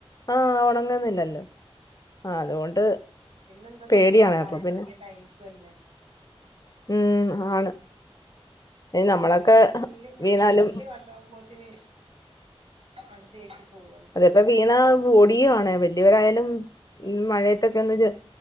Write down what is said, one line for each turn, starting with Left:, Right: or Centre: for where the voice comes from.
Left: ആഹ്. ഒണങ്ങുന്നില്ലല്ലൊ. ആഹ് അതുകൊണ്ട്
Right: പിന്നെന്താ
Left: പേടിയാണ്.
Right: തുള്ളി വെള്ളായ
Left: അപ്പൊ പിന്നെ
Right: മതി ടൈൽസും അല്ലേ
Left: ഉം ആണ്. നമ്മളൊക്കെ
Right: വെള്ളം തുള്ളി
Left: വീണാലും
Right: തുള്ളി വള്ളാവുമ്പോത്തിന് അടുത്തേക്ക് പോവാണ്.
Left: അതൊക്കെ വീണാ ഒടിയുവാണ്. വല്യവരായാലും മഴയത്തൊക്കൊ
Right: ഉം
Left: ന്ന് ചെ....